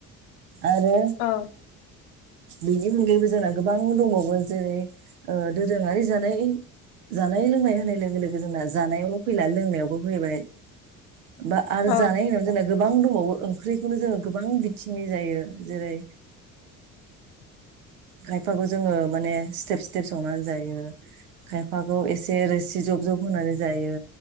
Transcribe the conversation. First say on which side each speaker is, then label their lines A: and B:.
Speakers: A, on the right (about 80°); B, on the left (about 75°).
A: आरो
B: औ
A: बेनि अनगायैबो जोंना गोबां दंबावो जेरै दोरोङारि जानाय जानाय लोंनाय होनाय लोगो लोगो जोंना जानायावल' फैला लोंनायावबो फैबाय बा आरो
B: औ
A: जानाय होन जेन गोबां दंबावो ओंख्रिखौनो जोङो गोबां बिथिंनि जायो जेरै
B: <inaudible>
A: खायफाखौ जोङो माने स्टेप स्टेप संनानै जायो खायफाखौ एसे रोसि जब जब होनानै जायो